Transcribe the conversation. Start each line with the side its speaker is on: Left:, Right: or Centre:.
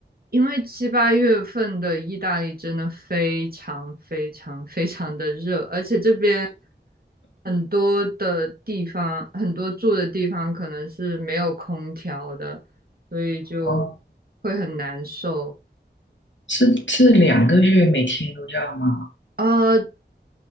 Right: 因为七八月份的意大利真的非常非常非常的热，而且这边很多的地方，很多住的地方可能是没有空调的，所以就
Left: 哦，
Right: 会很难受。
Left: 是是两个月每天都这样吗？
Right: 啊。